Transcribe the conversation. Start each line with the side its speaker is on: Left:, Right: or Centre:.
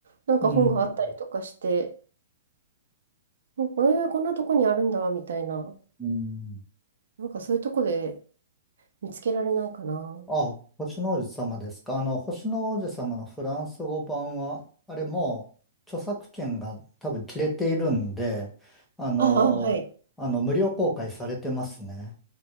Right: なんか本があったりとかして、
Centre: うん。
Right: えー、こんなとこにあるんだ、みたいな。
Centre: うん。
Right: なんかそういうとこで見つけられないかな。
Centre: あ、星の王子様ですか。あの、星の王子様のフランス語版は、あれもう著作権が多分切れているんで、あの、
Right: ああ、はい。
Centre: あの、無料公開されてますね。